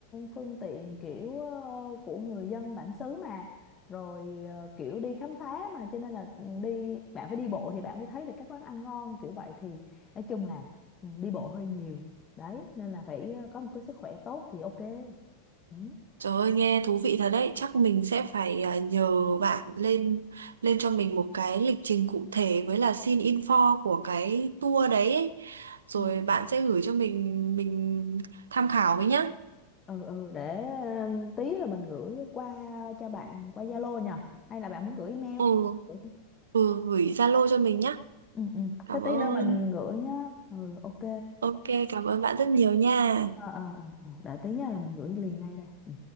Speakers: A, on the left; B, on the right.
A: phương tiện kiểu ờ, của người dân bản xứ mà rồi ờ, kiểu đi khám phá mà cho nên là ừ, đi bạn phải đi bộ thì bạn mới thấy được các quán ăn ngon kiểu vậy thì nói chung là ừ, đi bộ hơi nhiều. Đấy, nên là phải ờ, có một cái sức khỏe tốt thì ok. Ừ.
B: trời ơi nghe thú vị thật đấy chắc mình sẽ phải à, nhờ bạn lên lên cho mình một cái lịch trình cụ thể với là xin info của cái tour đấy ấy. rồi
A: ừ.
B: bạn sẽ gửi cho mình mình tham khảo với nhá
A: ừ ừ để ừ, tí là mình gửi qua cho bạn qua Zalo nhờ hay là bạn muốn gửi email
B: ừ
A: Gửi.
B: ừ gửi Zalo cho mình nhá
A: ừ ừ
B: cảm
A: thế
B: ơn
A: tí nữa mình gửi nhá ừ ok
B: ok cảm ơn bạn rất nhiều nha
A: ờ ờ ờ ờ, để tí nha là mình gửi liền ngay đây Ừ.